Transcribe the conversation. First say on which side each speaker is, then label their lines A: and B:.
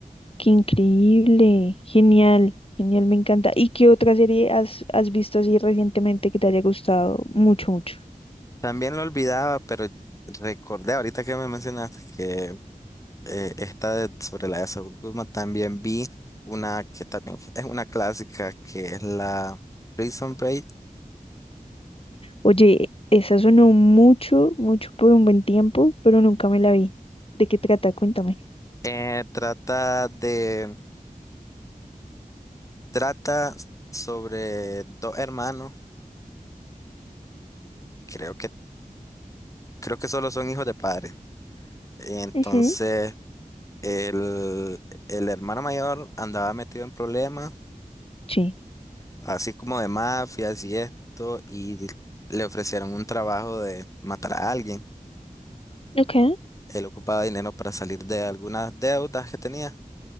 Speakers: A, on the left; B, on the left.
A: Qué increíble. Genial, genial, me encanta. ¿Y qué otra serie has, has visto así recientemente que te haya gustado mucho, mucho?
B: También lo olvidaba, pero recordé ahorita que me mencionaste que eh, esta de- sobre la de Saúl Guzmán también vi una que también <laughs> es una clásica que es la Prison Break.
A: Oye, esa sonó mucho, mucho por un buen tiempo, pero nunca me la vi. ¿De qué trata? Cuéntame.
B: Eh, trata de trata sobre dos hermanos, creo que creo que solo son hijos de padres. Entonces
A: Ujú,
B: el, el hermano mayor andaba metido en problemas
A: Sí,
B: así como de mafias y esto, y le ofrecieron un trabajo de matar a alguien.
A: Ok.
B: Él ocupaba dinero para salir de algunas deudas que tenía.